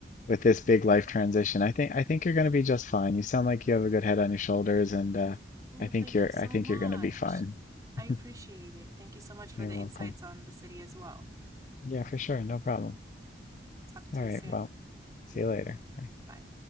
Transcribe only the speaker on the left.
with this big life transition. I think I think you're going to be just fine. You sound like you have a good head on your shoulders, and uh,
I think
you're
I think
you're going to be fine.
<laughs>
You're
welcome.
Yeah, for sure. No problem.
All
right.
Well, see you later. Bye.